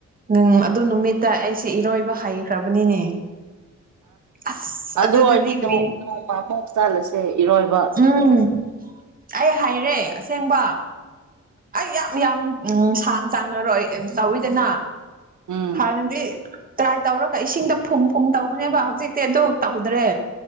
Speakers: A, on the right; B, on the right.
A: ꯎꯝ ꯑꯗꯨ ꯅꯨꯃꯤꯠꯇ ꯑꯩꯁꯦ ꯏꯔꯣꯏꯕ ꯍꯩꯈ꯭ꯔꯕꯅꯤꯅꯦ ꯑꯁ
B: ꯑꯗꯨ
A: ꯑꯗꯨꯗꯗꯤ
B: ꯑꯣꯏꯔꯗꯤ
A: ꯀꯔꯤ
B: ꯅꯣꯡ ꯅꯣꯡꯃ ꯑꯃꯨꯛ ꯆꯠꯂꯁꯦ ꯏꯔꯣꯏꯕ
A: ꯎꯝ ꯑꯩ ꯍꯩꯔꯦ ꯑꯁꯦꯡꯕ ꯑꯩ ꯌꯥꯝ ꯌꯥꯝ ꯎꯝ ꯁꯥꯡ ꯆꯥꯡ ꯇꯧꯋꯤꯗꯅ
B: ꯎꯝ
A: ꯍꯥꯟꯅꯗꯤ ꯇ꯭ꯔꯥꯏ ꯇꯧꯔꯒ ꯏꯁꯤꯡꯗ ꯐꯨꯝ ꯐꯨꯝ ꯇꯧꯕꯅꯦꯕ ꯍꯧꯖꯤꯛꯇꯤ ꯑꯗꯨ ꯇꯧꯗ꯭ꯔꯦ